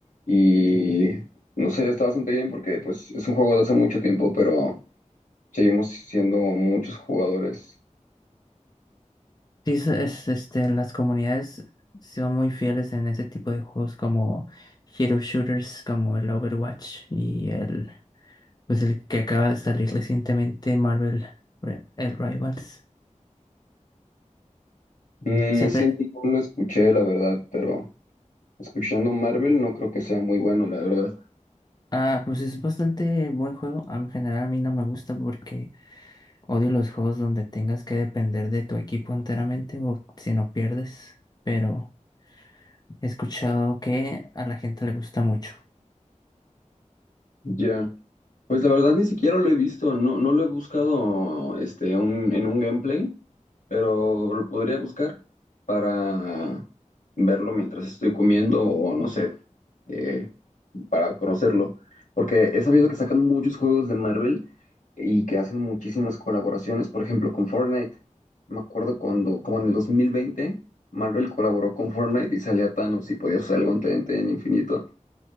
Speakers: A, on the left (about 80°); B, on the left (about 30°).
A: Y no sé, está bastante bien porque pues es un juego de hace mucho tiempo, pero Seguimos siendo muchos jugadores.
B: Sí, es, es, este, las comunidades son muy fieles en ese tipo de juegos como Hero Shooters, como el Overwatch y el, pues el que acaba de salir recientemente, Marvel, Ri- el Rivals.
A: Mm,
B: Siempre,
A: Ese no lo escuché, la verdad, pero escuchando Marvel no creo que sea muy bueno, la verdad.
B: ah, pues es bastante buen juego. Ah, En general a mí no me gusta porque odio los juegos donde tengas que depender de tu equipo enteramente o si no pierdes, pero... He escuchado que a la gente le gusta mucho.
A: Ya. Pues la verdad ni siquiera lo he visto, no, no lo he buscado este, un- en un gameplay, pero lo podría buscar para verlo mientras estoy comiendo o no sé, eh, para conocerlo. Porque he sabido que sacan muchos juegos de Marvel y que hacen muchísimas colaboraciones, por ejemplo, con Fortnite. Me acuerdo cuando, como en el 2020, Marvel colaboró con Fortnite y salía Thanos y podía usar el guante de en infinito.